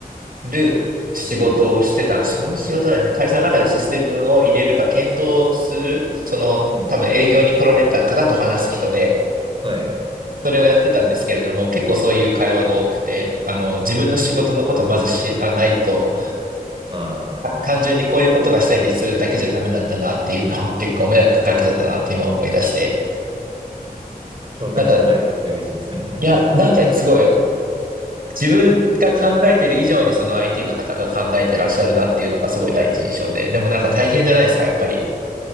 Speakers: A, on the right; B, on the right.
A: る仕事をしてたんです。
B: うん。
A: その仕事なんですね。会社の中でシステムを入れるか検討する、その多分営業に来られた方と話す人で、
B: うん。はい。
A: それをやってたんですけれども、結構そういう会話が多くて、あの、自分の仕事のことをまず知らないと、
B: ああ。
A: た単純にこういうことがしたいんですだけじゃダメなんだなっていうのを <laughs> 結構迷惑かけちゃったなと今思い出して。
B: 共感してもらえて嬉しいですね。
A: なんか、いや、
B: <laughs>
A: なんかすごい、自分が考えてる以上にその IT の方が考えてらっしゃるなっていうのがすごい第一印象で、でもなんか大変じゃないですか、やっぱり。